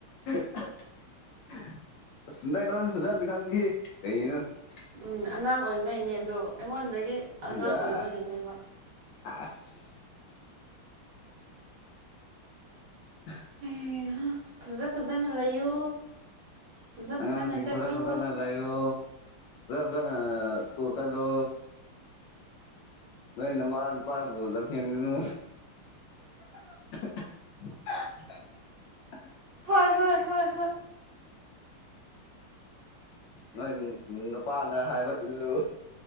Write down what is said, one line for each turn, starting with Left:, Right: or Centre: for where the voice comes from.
Left: <unintelligible>
Right: ꯎꯝ ꯑꯉꯥꯡ ꯑꯣꯏꯕꯩꯅꯦ ꯑꯗꯣ ꯑꯩꯉꯣꯟꯗꯒꯤ ꯑꯉꯥꯡ
Left: ꯌꯥ
Right: ꯑꯣꯏꯕꯒꯤꯅꯦꯕ
Left: <inaudible> <inaudible>
Right: ꯍꯩꯍꯥ ꯐꯖ ꯐꯖꯅ ꯂꯩꯌꯨ ꯐꯖ
Left: ꯑꯉꯥꯡꯁꯤꯡ
Right: ꯐꯖꯅ ꯆꯠꯂꯨ
Left: ꯐꯖꯥ ꯐꯖꯥꯟꯅ ꯂꯩꯌꯣ <unintelligible> ꯁꯀꯨꯜ ꯆꯠꯂꯨ ꯅꯣꯏ ꯅꯨꯃꯥ ꯅꯨꯄꯥꯕꯨ ꯂꯝꯍꯦꯟꯒꯅꯨ <inaudible>
Right: ꯍꯣꯏ ꯍꯣꯏ ꯍꯣꯏ ꯍ
Left: ꯅꯣꯏ ꯅꯨꯄꯥꯅ ꯍꯥꯏꯕ ꯏꯜꯂꯨ